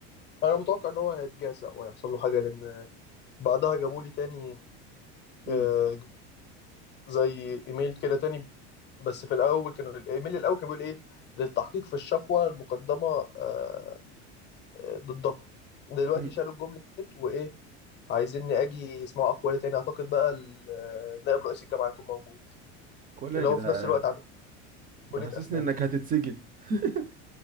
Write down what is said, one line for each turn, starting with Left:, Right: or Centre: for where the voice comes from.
Left: انا متوقع ان هو هيتجزأ وهيحصل له حاجه لان بعدها جابوا لي تاني
Right: امم
Left: آه، زي ايميل كده تاني بس في الاول كان الايميل الاول كان بيقول ايه للتحقيق في الشكوى المقدمه آه، آه، ضدكم دلوقتي
Right: امم
Left: شالوا الجمله ديت وايه عايزين اجي اسمعوا اقوالي تاني اعتقد بقى ال- آه، نائب رئيس الجامعه هيكون موجود
Right: كل
Left: اللي
Right: يا جدعان
Left: هو في نفس الوقت كلية
Right: حاسسني
Left: أسنان
Right: إنك هتتسجن <laughs>